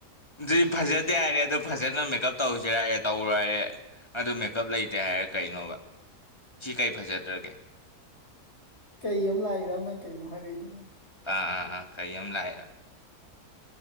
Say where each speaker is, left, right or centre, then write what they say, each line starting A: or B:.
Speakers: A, on the left; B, on the left.
A: ꯑꯗꯨꯗꯤ ꯐꯖꯗꯦ ꯍꯥꯏꯔꯦ ꯑꯗꯨ ꯐꯖꯅ ꯃꯦꯀꯞ ꯇꯧꯁꯤꯔꯑꯦ ꯇꯧꯔꯣꯏ ꯍꯥꯏꯔꯦ ꯑꯗꯨ ꯃꯦꯀꯞ ꯂꯩꯇꯦ ꯍꯥꯏꯔ ꯀꯩꯅꯣꯕ ꯁꯤ ꯀꯔꯤ ꯐꯖꯗ꯭ꯔꯒꯦ
B: ꯀꯩ ꯑꯃ ꯂꯥꯛꯏꯔꯕꯅꯪ ꯀꯩꯅꯣ ꯍꯥꯏꯔꯛꯏꯗꯨꯅꯣ
A: ꯑꯥ ꯑꯥ ꯑꯥ ꯀꯩ ꯑ ꯌꯥꯝ ꯂꯑ